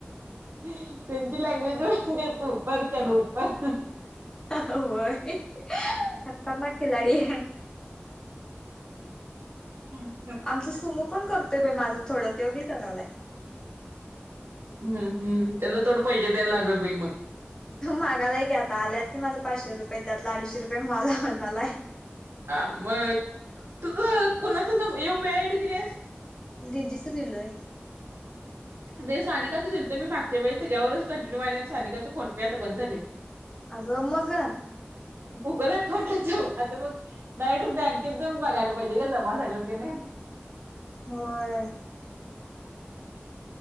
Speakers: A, on the right; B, on the left.
A: त्यांची लँग्वेज उपर से डुपर
B: होय खतरनाक खिलाडी
A: ह
B: आमचं सुमो पण करतोय बे माझं थोडं तो बी करालाय
A: हम् हम्म त्याला थोडं पैसे द्यायला लागल बाई मग
B: मागालाय की आता आल्यात की माझं पाचशे रुपये त्यातला अडीचशे रुपये मला म्हणणाला आहे
A: हा मग तुझं कणाचं यूपीआय आयडी दिलेस
B: दीदीचं दिलय
A: ते सानिकाचं दिल तो मी मागच्या वेळेस त्याच्यावरच कंटिन्यू आले आणि सानिकाचे फोन पे आता बंद झाले
B: अग मग
A: गुगल अकाउंटला जा आता मग डायरेक्ट बँकेत जाऊन बघायला पाहिजे का जमा झालेत काी नाही <inaudible>
B: होय